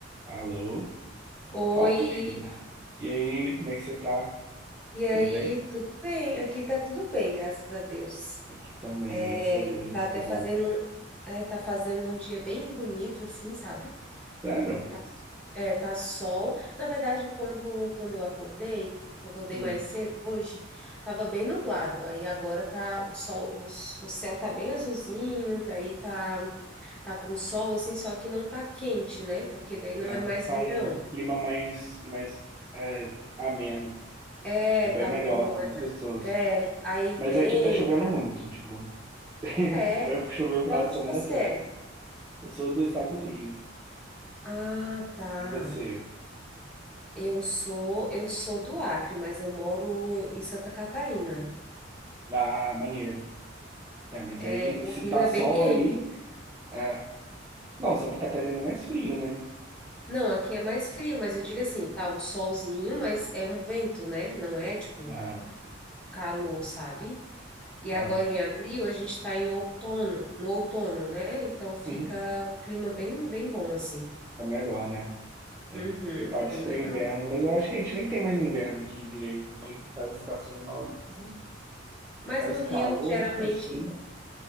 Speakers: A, on the right; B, in the centre.
A: Alô?
B: Oi,
A: Fala, amiga. E aí, como é que você tá?
B: e aí,
A: Tudo bem?
B: tudo bem? Aqui tá tudo bem, graças a Deus.
A: Aqui também,
B: É,
A: graças a Deus,
B: tá até
A: que bom.
B: fazendo, é, tá fazendo um dia bem bonito, assim, sabe?
A: Sério?
B: É, tá, é, tá sol. Na verdade, quando, quando eu acordei, eu acordei
A: Hum.
B: mais cedo hoje, tava bem nublado. Aí agora tá o sol, o, s- o céu tá bem azulzinho, daí tá, tá com sol, assim, só que não tá quente, né? Porque daí não
A: ah,
B: é mais
A: Tá
B: verão.
A: um clima mais, mais é, ameno,
B: É,
A: é bem
B: tá
A: melhor,
B: um clima mais.
A: muito
B: a-
A: gostoso.
B: É, aí vem.
A: Mas aqui tá chovendo muito, tipo, <laughs>
B: É,
A: vai chover o final
B: da
A: de
B: onde
A: semana
B: você
A: todo.
B: é?
A: Eu sou do estado do Rio,
B: Ah, tá.
A: e você?
B: Eu sou, eu sou do Acre, mas eu moro em Santa Catarina.
A: Ah, maneiro. É, mas
B: É,
A: aí,
B: o
A: se
B: Rio
A: tá
B: é
A: sol
B: bem quente.
A: aí, é... Não, Santa Catarina é mais frio, né?
B: Não, aqui é mais frio, mas eu digo assim, tá o solzinho, mas é um vento, né? Não é tipo
A: Ah,
B: calor, sabe? E agora
A: ah.
B: em abril a gente tá em outono, no outono, né? Então fica
A: Uhum.
B: o clima bem, bem bom assim.
A: Tá melhor, né? né?
B: Uhum,
A: Prepare-se
B: bem
A: para
B: legal.
A: o inverno, mas eu acho que a gente nem tem mais inverno aqui direito, do jeito que faz as estações malucas, né?
B: Mas
A: Faz
B: no Rio
A: calor,
B: geralmente
A: faz frio.